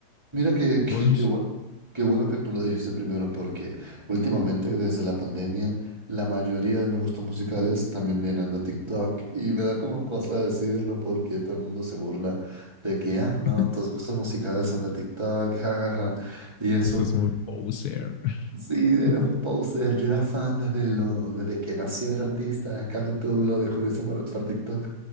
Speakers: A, on the right; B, on the left.
A: Mira que, que,
B: Juego
A: que bu- qué bueno que tú lo dijiste primero, porque últimamente, desde la pandemia, la mayoría de mis gustos musicales también vienen de TikTok y me da como cosa decirlo porque todo el mundo se burla de que, ah, no,
B: <laughs>
A: tus gustos musicales son de TikTok, <laughs> jajaja. Y eso.
B: Eso es muy poser.
A: Sí, eres
B: <laughs>
A: un poser. Yo era fan desde, lo, desde que nació el artista. En cambio, tú lo descubriste por, por TikTok.